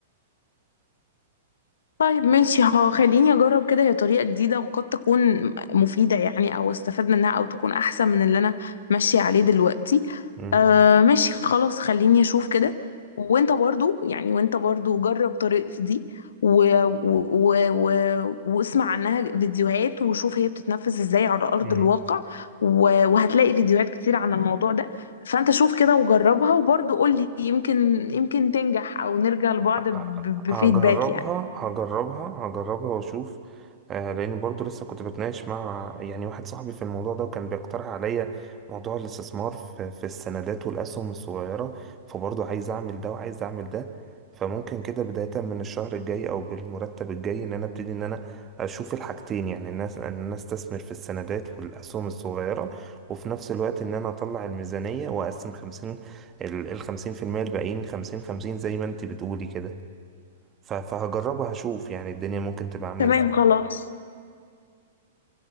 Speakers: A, on the left (about 60°); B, on the right (about 20°).
A: طيب ماشي ها خليني اجرب كده هي طريقة جديدة وقد تكون مفيدة يعني او استفاد منها او تكون احسن من اللي انا ماشية عليه دلوقتي
B: مم.
A: آه ماشي خلاص خليني اشوف كده وانت برضو يعني وانت برضو جرب طريقتي دي و... و... و... و... واسمع عنها فيديوهات وشوف هي بتتنفذ ازاي على ارض
B: مم.
A: الواقع و... وهتلاقي فيديوهات كتير عن الموضوع ده فانت شوف كده وجربها وبرضو قولي يمكن يمكن تنجح او نرجع لبعض
B: ه-
A: ب... بفيدباك
B: هجربها
A: يعني
B: هجربها هجربها واشوف آه لان برضو لسه كنت بتناقش مع يعني واحد صاحبي في الموضوع ده وكان بيقترح عليا موضوع الاستثمار في, في السندات والاسهم الصغيره فبرضه عايز اعمل ده وعايز اعمل ده فممكن كده بدايه من الشهر الجاي او بالمرتب الجاي ان انا ابتدي ان انا اشوف الحاجتين يعني الناس ان انا استثمر في السندات والاسهم الصغيره وفي نفس الوقت ان انا اطلع الميزانيه واقسم 50 ال ال 50% الباقيين 50 50 زي ما انت بتقولي كده ف- فهجربه هشوف يعني الدنيا ممكن تبقى عاملة
A: تمام
B: ازاي
A: خلاص